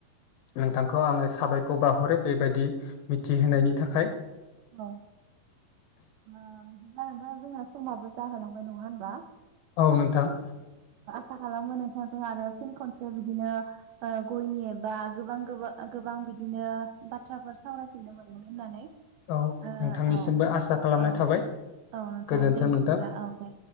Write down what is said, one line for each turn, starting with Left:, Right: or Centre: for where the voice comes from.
Left: नोंथांखौ आङो साबायखर बावहरो। बेबायदि मिथिहोनायनि थाखाय।
Right: औ। ओ बिदिब्ला नोंथां जोंना समाबो जाहोलांबाय नङा होमबा
Left: औ नोंथां।
Right: आसा खालामो नोंथांजों आरो फिन खनसे बिदिनो ओ गयनि एबा गोबां गोबा गोबां बिदिनो बाथ्राफोर सावरायफिननो मोनगोन होननानै।
Left: औ
Right: ओ
Left: नोंथांनिसिमबो
Right: औ
Left: आसा खालामनाय
Right: औ
Left: थाबाय
Right: औ नोंथां
Left: गोजोन्थों
Right: दे
Left: नोंथां
Right: बिदिब्ला औ दे।